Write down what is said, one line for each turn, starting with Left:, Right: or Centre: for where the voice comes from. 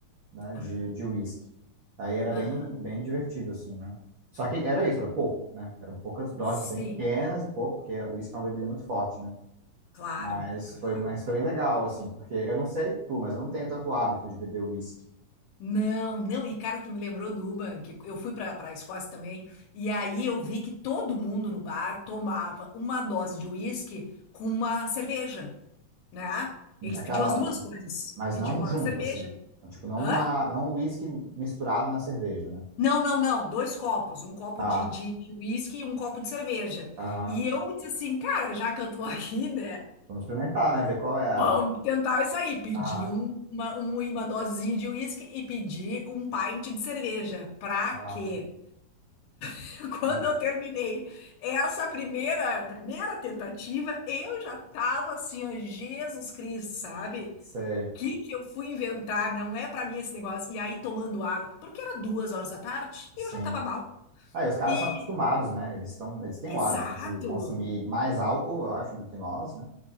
Right: né,
Left: Ah,
Right: de, de uísque. Aí era
Left: aham.
Right: bem, bem divertido, assim, né? Só que era
Left: Ah,
Right: isso, era pouco, né? Eram poucas doses
Left: sim,
Right: bem pequenas e pouco, porque o uísque é uma bebida muito forte, né?
Left: claro,
Right: Mas
Left: claro.
Right: foi, mas foi bem legal, assim, porque eu não sei tu, mas eu não tenho tanto hábito de beber uísque.
Left: Não, não, e cara, tu me lembrou do Uban, que eu fui pra para a Escócia também, e aí eu vi que todo mundo no bar tomava uma dose de uísque com uma cerveja, né? Eles
Right: Aquela,
Left: pediam as duas coisas.
Right: mas
Left: Pediam
Right: não junto,
Left: a cerveja.
Right: assim. Tipo, não,
Left: Hã?
Right: a, não uísque misturado na cerveja, né?
Left: Não, não, não, dois copos, um copo
Right: Tá,
Left: de, de, de uísque e um copo de cerveja.
Right: aham.
Left: E eu disse assim, cara, já que eu tô aqui, né?
Right: Vamos experimentar, né? Ver qual é a...
Left: Vamos tentar isso aí. Pedi
Right: Aham,
Left: um- uma, um, uma dosezinha de uísque e pedi um pint de cerveja. Pra
Right: aham.
Left: quê? <laughs> Quando
Right: Não,
Left: eu terminei essa primeira, primeira tentativa, eu já tava assim, ó, Jesus Cristo, sabe?
Right: sei,
Left: O que que eu fui inventar? Não é pra mim esse negócio. E aí tomando água, porque era duas horas da tarde
Right: sim.
Left: e eu já tava mal.
Right: Ah, e os caras
Left: E
Right: são acostumados, né? Eles estão, eles têm
Left: exato.
Right: o hábito de consumir mais álcool, eu acho, do que nós, né?